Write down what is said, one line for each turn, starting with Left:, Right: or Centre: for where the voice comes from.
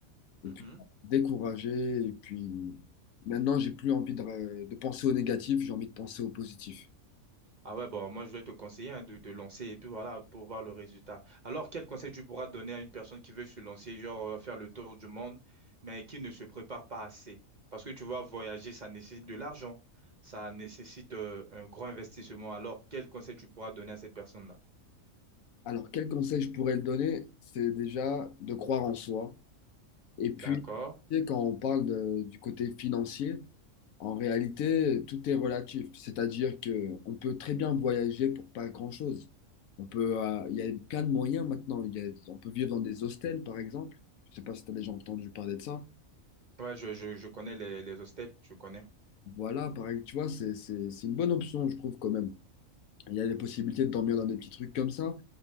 Left: et
Right: <laughs>
Left: puis découragé, et puis maintenant, j'ai plus envie de, de penser au négatif, j'ai envie de penser au positif.
Right: Ah ouais, bon, moi je vais te conseiller hein, de te lancer et puis voilà, pour voir le résultat. Alors, quel conseil tu pourras donner à une personne qui veut se lancer, genre euh, faire le tour du monde, mais qui ne se prépare pas assez? Parce que tu vois, voyager, ça nécessite de l'argent, ça nécessite euh, un grand investissement. Alors, quel conseil tu pourras donner à cette personne-là?
Left: Alors, quel conseil je pourrais le donner? C'est déjà de croire en soi. Et puis,
Right: D'accord.
Left: tu sais, quand on parle de- du côté financier, en réalité, tout est relatif. C'est-à-dire que on peut très bien voyager pour pas grand-chose. On peut, euh, il y a plein de moyens maintenant. Il y a- on peut vivre dans des hostels, par exemple. Je sais pas si tu as déjà entendu parler de ça.
Right: Ouais, je, je, je connais les, les hostels, je connais.
Left: Voilà, pareil, tu vois, c'est, c'est, c'est une bonne option, je trouve, quand même. Il y a les possibilités de dormir dans des petits trucs comme ça.